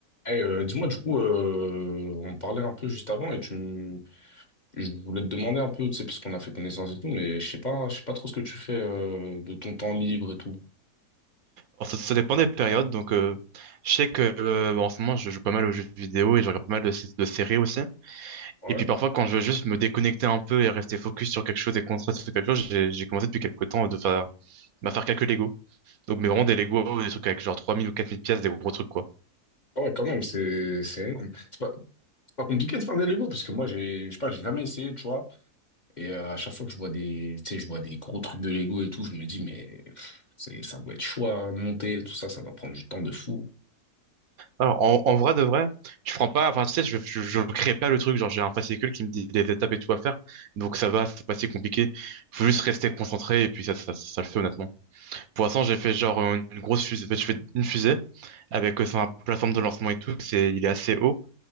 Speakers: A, on the left; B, on the right.
A: Eh, euh, dis-moi, du coup, euh, on parlait un peu juste avant et tu, m- je voulais te demander un peu, tu sais, parce qu'on a fait connaissance et tout, mais je sais pas, je sais pas trop ce que tu fais euh, de ton temps libre et tout.
B: Alors, ça, ça dépend des périodes. Donc, euh, je sais que euh, en ce moment, je joue pas mal aux jeux vidéo et je regarde pas mal de, sé- de séries aussi.
A: Ouais.
B: Et puis parfois, quand je veux juste me déconnecter un peu et rester focus sur quelque chose et concentrer sur quelque chose, j'ai j'ai commencé depuis quelques temps de faire, bah, faire quelques Lego. Donc, mais vraiment des Lego, des trucs avec genre 3000 ou 4000 pièces, des gros trucs, quoi.
A: Ah Ouais, quand même, c'est c'est énorme. C'est pas, c'est pas compliqué de faire des Lego parce que moi, j'ai, je sais pas, j'ai jamais essayé, tu vois. Et euh, à chaque fois que je vois des, tu sais, je vois des gros trucs de Lego et tout, je me dis, mais pff, c'est, ça doit être chaud à monter, tout ça, ça doit prendre du temps de fou.
B: Alors, en, en vrai de vrai, je prends pas, enfin, tu sais, je, je, je crée pas le truc, genre, j'ai un fascicule qui me dit des étapes et tout à faire, donc ça va, c'est pas si compliqué. Faut juste rester concentré et puis ça, ça, ça le fait honnêtement. Pour l'instant, j'ai fait genre euh, une grosse fusée, ben, je fais une fusée avec euh, sa plateforme de lancement et tout, c'est, il est assez haut.